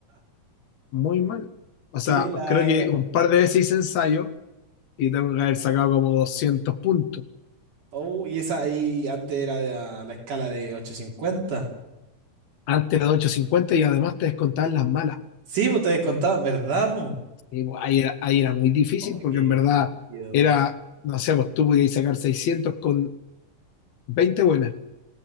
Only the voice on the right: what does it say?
Qué lata.
Oh, y esa ahí antes era de la, la escala de ochocientos cincuenta
Sí, vos te descontabas, ¿verdad, po?
No.
Ay,
qué
brígido.